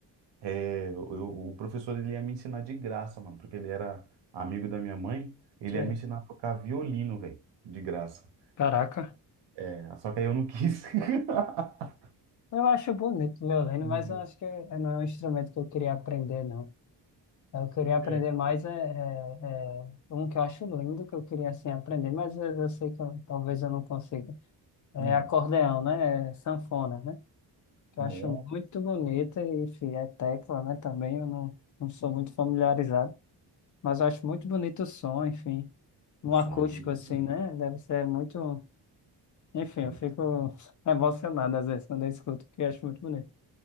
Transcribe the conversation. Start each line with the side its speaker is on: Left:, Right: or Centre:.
Right: É, eu- eu- o professor ele ia me ensinar de graça, mano, porque ele era amigo da minha mãe, ele
Left: sei.
Right: ia me ensinar a tocar violino, velho, de graça.
Left: Caraca.
Right: É, só que aí eu não quis. <laughs>
Left: Eu acho bonito o violino,
Right: Meu
Left: mas
Right: Deus.
Left: eu acho que é- não é um instrumento que eu queria aprender, não. Eu queria aprender
Right: É.
Left: mais, é, é, é, um que eu acho lindo que eu queria assim, aprender, mas eu, eu sei que eu- talvez eu não consiga. É
Right: Hum,
Left: acordeão, né? É sanfona, né? Que
Right: nossa.
Left: eu acho muito bonita e, enfim, é tecla, né? Também eu não, não sou muito familiarizado, mas eu acho muito bonito o som, enfim. Um
Right: O som
Left: acústico
Right: é bonito
Left: assim,
Right: mesmo.
Left: né? Deve ser muito. Enfim,
Right: Sim,
Left: eu fico <laughs> emocionado às vezes quando eu escuto, porque eu acho muito bonito.